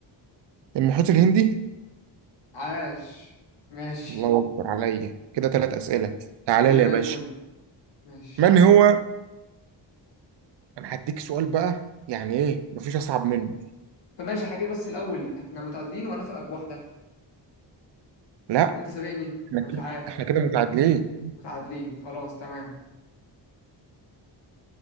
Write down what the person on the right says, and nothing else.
المحيط الهندي
الله اكبر عليا كده ثلاث اسئله تعالى
لي
يا باشا
من هو انا هديك سؤال بقى يعني ايه مفيش اصعب منه
لا
احنا
كده
احنا كده متعادلين